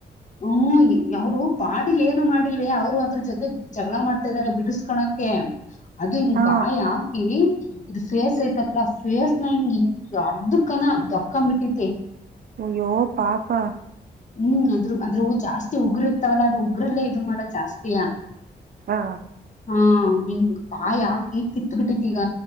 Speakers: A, on the left (about 45°); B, on the right (about 60°).
A: ಹ್ಮ್ ಅವ್ರು ಬಾಡಿಲ್ ಏನು ಮಾಡಿಲ್ವೆ, ಅವ್ರು ಅದ್ರ ಜೊತೆ ಜಗಳ ಮಾಡ್ತಾ ಇದಾರೆ ಬಿಡಿಸಕೋಳಕೆ. ಅದು ಹಿಂಗ್
B: ಹಾ
A: ಬಾಯಿ ಹಾಕಿ ಇದು ಫೇಸ್ ಐತಲ್ಲ ಫೇಸ್ ನ ಹಿಂಗ್ ಇ ಅರ್ಧ ಕನ ದೊಕ್ಕ್ಂಮ್ಬಿಟ್ಟತಿ.
B: ಅಯ್ಯೋ ಪಾಪಾ
A: ಹುಂ ಅದ್ರೂ ಅದ್ರೂ ಜಾಸ್ತಿ ಉಗರು ಇರ್ತವಲ್ಲ ಅದು ಉಗ್ರಲ್ಲೇ ಇದು ಮಾಡದು ಜಾಸ್ತಿಯಾ.
B: ಹಾ
A: ಹಾ ಹಿಂಗ ಬಾಯಿ ಹಾಕಿ ಕಿತ್ ಬಿಟ್ಟೈತಿ ಈಗ